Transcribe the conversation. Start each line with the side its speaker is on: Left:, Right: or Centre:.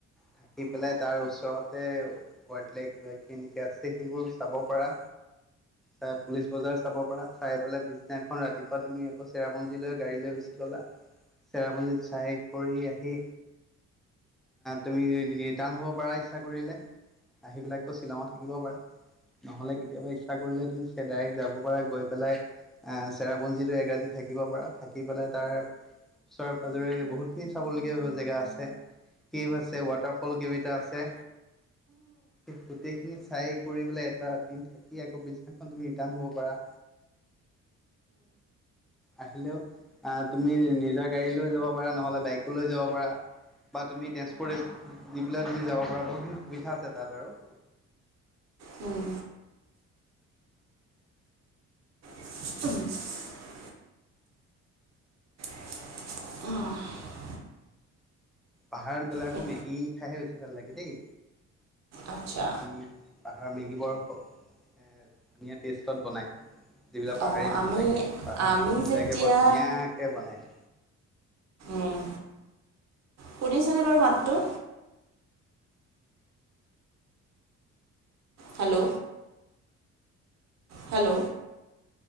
Centre: থাকি পেলাই তাৰ ওচৰতে। <unintelligible> এনেকে আছে সেইবোৰ চাব পাৰা। চাই পুলিচ বজাৰ চাব পাৰা, চাই পেলাই পিছদিনাখন ৰাতিপুৱা তুমি আকৌ, চেৰাপুঞ্জীলৈ গাড়ী লৈ গুচি গ'লা। চেৰাপুঞ্জীত চাই কৰি আহি। তুমি ৰিটাৰ্ণ হ'ব পাৰা, ইচ্ছা কৰিলে। আহি পেলাই আকৌ, শ্বিলঙত থাকিব পাৰা। নহ'লে, কেতিয়াবা ইচ্ছা কৰিলে তুমি চেডাইৰেক্ট যাব পাৰা গৈ পেলাই চেৰাপুঞ্জীটো একৰাতি থাকিব পাৰা, থাকি পেলাই তাৰ ওচৰে-পাজৰে বহুতখিনি চাবলগীয়া জেগা আছে। কেড আছে, ৱাটাৰফল সৰু কেভ এটা আছে। গোটেইখিনি চাই কৰি পেলাই এটা দিন থাকি, আকৌ তুমি আকৌ পিছদিনা ৰিটাৰ্ণ হ'ব পাৰা। আহিলেও আহ, তুমি নিজৰ গাড়ী লৈ যাব পাৰা নহ'লে বাইকোলৈ যাব পাৰা। বা তুমি ট্ৰেন্সপৰ্ট <unintelligible> পেলাই তুমি যাব পৰা বহুতখিনি সুবিধা আছে তাত আৰু।
Right: উম, <inaudible> <inaudible>
Centre: পাহাৰত গ'লে
Right: সেই
Centre: আকৌ মেগী খাইহে বেছি ভাল লাগে, দেই।
Right: আচ্ছা।
Centre: উম, পাহাৰৰ মেগী বৰ ধুনীয়া টেষ্টত বনায়। যিবিলাক পাহাৰীয়া
Right: অঁ
Centre: মানুহ
Right: আমি
Centre: থাকে, পাহাৰীয়া
Right: আমি
Centre: মানুহবিলাকে
Right: যেতিয়া
Centre: বৰ ধুনীয়াকে বনায়।
Right: উম, শুনিছানে বাৰু মাতটো? হেল্ল'? হেল্ল'?